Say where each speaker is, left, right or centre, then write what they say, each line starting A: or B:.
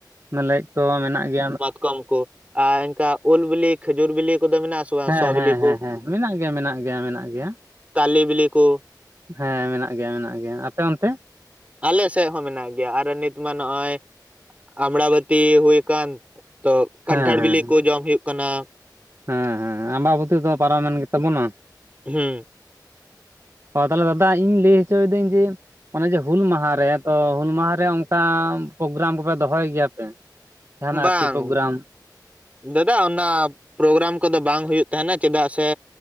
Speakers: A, on the right; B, on the right.
A: ᱮᱱᱮᱡ ᱠᱚ ᱢᱮᱱᱟᱜ ᱜᱮᱭᱟ
B: ᱠᱚᱢ ᱠᱚ ᱟᱨ ᱤᱱᱠᱟ ᱩᱞ ᱵᱤᱞᱤ, ᱠᱷᱮᱡᱩᱨ ᱵᱤᱞᱤ ᱠᱚᱫᱚ ᱢᱮᱱᱟᱜ? ᱟᱥᱮ ᱵᱟᱝ
A: ᱦᱮᱸ
B: ᱥᱚ ᱵᱤᱞᱤ
A: ᱦᱮᱸ
B: ᱠᱚ?
A: ᱦᱮᱸ ᱦᱮᱸ ᱢᱮᱱᱟᱜ ᱜᱮᱭᱟ ᱢᱮᱱᱟᱜ ᱜᱮᱭᱟ ᱢᱮᱱᱟᱜ ᱜᱮᱭᱟ ᱾
B: ᱛᱟᱞᱤ ᱵᱤᱞᱤ ᱠᱚ
A: ᱦᱮᱸ ᱢᱮᱱᱟᱜ ᱜᱮᱭᱟ ᱢᱮᱱᱟᱜ ᱜᱮᱭᱟ ᱟᱯᱮ ᱚᱱᱛᱮ?
B: ᱟᱞᱮ ᱥᱮᱜ ᱦᱚᱸ ᱢᱮᱱᱟᱜ ᱜᱮᱭᱟ ᱟᱨ ᱱᱤᱛ ᱢᱟ ᱱᱚᱜᱼᱚᱭ ᱟᱢᱲᱟᱵᱟᱹᱛᱤ ᱦᱩᱭ ᱠᱟᱱ᱾ ᱛᱚ ᱠᱟᱱᱴᱷᱟᱲ
A: ᱦᱮᱸ ᱦᱮᱸ
B: ᱵᱤᱞᱤ ᱠᱚ ᱡᱚᱢ ᱦᱩᱭᱩᱜ ᱠᱟᱱᱟ᱾
A: ᱦᱮᱸ ᱦᱮᱸ ᱟᱢᱵᱟᱵᱚᱛᱤ ᱫᱚ ᱯᱟᱨᱚᱢᱮᱱ ᱜᱮ ᱛᱟᱵᱚᱱᱟ᱾
B: ᱦᱩᱸ
A: ᱳ ᱛᱟᱦᱞᱮ ᱫᱟᱫᱟ ᱤᱧ ᱞᱟᱹᱭ ᱦᱚᱪᱚᱤᱫᱟᱹᱧ ᱡᱮ ᱚᱱᱮ ᱡᱮ ᱦᱩᱞ ᱢᱟᱦᱟ. ᱨᱮ ᱛᱚ ᱦᱩᱞ ᱢᱟᱦᱟ ᱨᱮ ᱚᱝᱠᱟ ᱯᱨᱳᱜᱨᱟᱢ ᱠᱚᱯᱮ ᱫᱚᱦᱚᱭ ᱜᱮᱭᱟ ᱯᱮ? <inaudible>
B: ᱵᱟᱝ
A: ᱯᱨᱳᱜᱨᱟᱢ
B: ᱫᱟᱫᱟ ᱚᱱᱟ ᱯᱨᱳᱜᱨᱟᱢ ᱠᱚᱫᱚ ᱵᱟᱝ ᱦᱩᱭᱩᱜ ᱛᱟᱦᱮᱱᱟ ᱪᱮᱫᱟᱜ ᱥᱮ